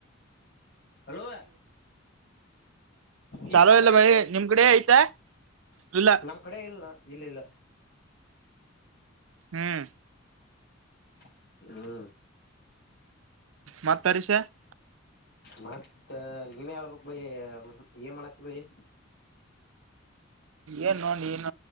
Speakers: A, on the left (about 55°); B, on the right (about 75°).
A: ಹಲೋ ಈಗ
B: ಚಾಲೋ
A: ಚಾಲ
B: ಇಲ್ಲ
A: ಐತ್ಲಿ
B: ಮಳಿ ನಿಮ್ ಕಡೆ ಐತಾ ಇಲ್ಲ
A: ನಮ್ ಕಡೆ ಇಲ್ನ ಇಲ್ಲ ಇಲ್ಲ
B: ಹ್ಮ್
A: ಹ್ಮ್
B: ಮತ್ತ <unintelligible>
A: ಮತ್ತ ನೀನ್ ಹೇಳ್ಬಕ್ ಬಯಿ ಏನ್ ಮಾಡಾತಿ ಬಾಯಿ
B: ಏನ್ ನೋ ಏನ್